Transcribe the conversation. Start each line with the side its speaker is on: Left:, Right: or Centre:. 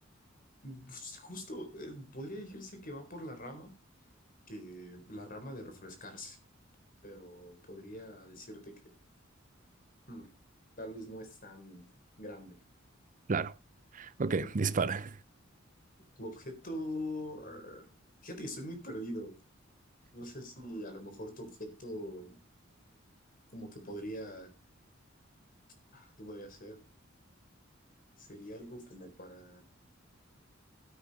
Left: Pues, Justo, eh, podría decirse que va por la rama, que la rama de refrescarse, pero podría decirte que mm, tal vez no es tan grande.
Right: Claro. Ok,
Left: Ok,
Right: dispara.
Left: Tu objeto, ar, fíjate que estoy muy perdido. No sé si a lo mejor tu objeto como que podría, ah, ¿qué podría ser? Sería algo como para,